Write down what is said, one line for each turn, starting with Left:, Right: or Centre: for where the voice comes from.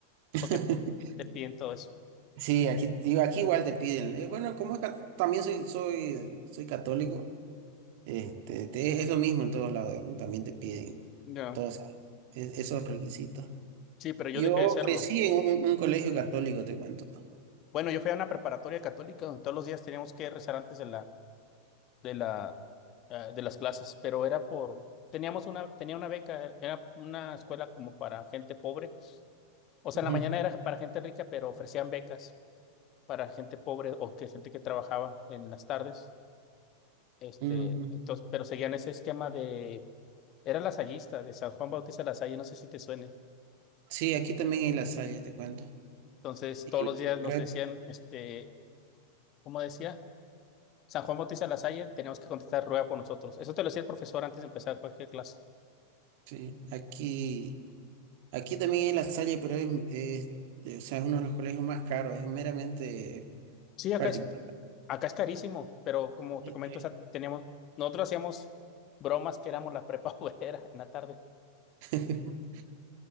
Right: <laughs>
Left: porque te piden todo eso.
Right: Sí, aquí, digo, aquí igual te piden. Eh, bueno, como es ca- también soy, soy, soy católico, este, te- es lo mismo en todos lados, digamos, también te piden
Left: Ya.
Right: todos esos es- esos requisitos.
Left: Sí, pero yo
Right: Yo
Left: dejé de serlo.
Right: crecí en un, un colegio católico, te cuento.
Left: Bueno, yo fui a una preparatoria católica donde todos los días teníamos que rezar antes de la, de la, eh, de las clases, pero era por, teníamos una, tenía una beca, er, era una escuela como para gente pobre. O sea,
Right: Ujú,
Left: en la mañana era para gente rica, pero ofrecían becas para gente pobre o que gente que trabajaba en las tardes. Este,
Right: ujú.
Left: entonces, pero seguían ese esquema de, era lasallista, de San Juan Bautista Lasalle, no sé si te suene.
Right: Sí, aquí también hay La Salle, te cuento.
Left: Entonces,
Right: Y
Left: todos los días nos
Right: creo,
Left: decían, este, ¿cómo decía? San Juan Bautista Lasalle, teníamos que contestar rueda por nosotros. Eso te lo decía el profesor antes de empezar cualquier clase.
Right: sí, aquí. Aquí también hay La Salle, pero es, es- eh, o sea, es uno de los colegios más caros, es meramente
Left: Sí, acá
Right: particular.
Left: es, acá es carísimo, pero como
Right: Y-
Left: te comento,
Right: eh.
Left: o sea, teníamos, nosotros hacíamos bromas que éramos la prepa <laughs> obrera en la tarde.
Right: <laughs>